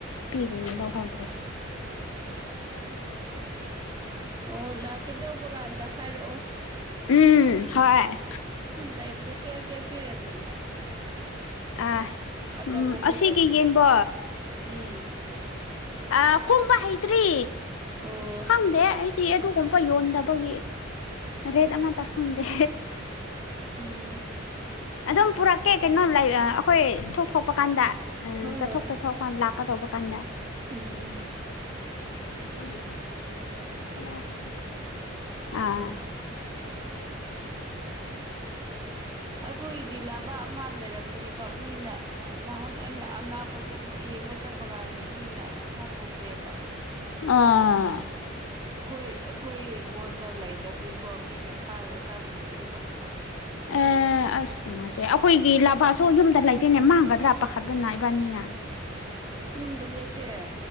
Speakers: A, on the left; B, on the right.
A: ꯄꯤꯕꯅꯤ ꯂꯧꯍꯧꯗ꯭ꯔꯦ
B: ꯑꯣ ꯂꯥꯛꯀꯦꯗꯧꯕ ꯀꯥꯟꯗ ꯍꯥꯏꯔꯛꯑꯣ
A: ꯎꯝ ꯍ
B: ꯂꯩꯕꯗꯣ ꯀꯌꯥ ꯀꯌꯥ ꯄꯤꯔꯅꯤ
A: ꯑ
B: ꯑꯆꯧꯕ
A: ꯎꯝ
B: ꯈꯣꯏꯗꯣ
A: ꯑꯁꯤꯒꯤ ꯌꯦꯡꯕꯣ
B: ꯎꯝ
A: ꯑ ꯈꯣꯡꯕ ꯍꯩꯇ꯭ꯔꯤ
B: ꯑꯣ
A: ꯈꯪꯗꯦ ꯑꯩꯗꯤ ꯑꯗꯨꯒ ꯑꯄ ꯌꯣꯟꯗꯕꯒꯤ ꯔꯦꯠ ꯑꯃꯇ ꯈꯪꯗꯦ
B: ꯎꯝ
A: ꯑꯗꯨꯝ ꯄꯨꯔꯛꯀꯦ ꯀꯩꯅꯣ ꯑꯩꯈꯣꯏ ꯆꯠꯊꯣꯛ ꯊꯣꯛꯄ ꯀꯥꯟꯗ ꯎ
B: ꯍꯣꯏ ꯍꯣꯏ
A: ꯆꯠꯊꯣꯛ ꯆꯠꯊꯣꯛ ꯂꯥꯛꯀꯗꯧꯕ ꯀꯥꯟꯗ
B: ꯎꯝ ꯎꯝ
A: ꯀꯖꯣ ꯁꯃꯛꯁ ꯑꯥ
B: ꯑꯩꯈꯣꯏꯒꯤꯗꯤ ꯂꯕꯥ ꯑꯃ ꯂꯩꯔꯝꯃꯦꯕ ꯃꯤꯅ ꯅꯍꯥꯟ ꯑꯩꯅ ꯑꯅꯥꯕ ꯆꯠꯄ ꯌꯦꯡꯕ ꯆꯠꯄ ꯀꯥꯟꯗ ꯃꯤꯅ ꯆꯥꯊꯣꯛꯈ꯭ꯔꯦꯕ
A: ꯑꯥ
B: ꯑꯩꯈꯣꯏ ꯑꯩꯈꯣꯏ ꯌꯦꯡꯒꯣꯟꯗ ꯂꯩꯗꯕꯒꯤꯀꯣ ꯃꯤꯅ ꯐꯥꯔꯒ ꯆꯥꯊꯣꯛꯈ꯭ꯔꯦꯕ
A: ꯑ ꯑꯁ ꯅꯨꯡꯉꯥꯏꯇꯦ ꯑꯩꯈꯣꯏꯒꯤ ꯂꯕꯥꯁꯨ ꯌꯨꯝꯗ ꯂꯩꯇꯣꯏꯅꯦ ꯃꯥꯡꯒꯗ꯭ꯔꯥ ꯄꯥꯈꯠꯄꯅ ꯏꯕꯥꯅꯤꯅ
B: ꯌꯨꯝꯗ ꯂꯦꯛꯇꯦ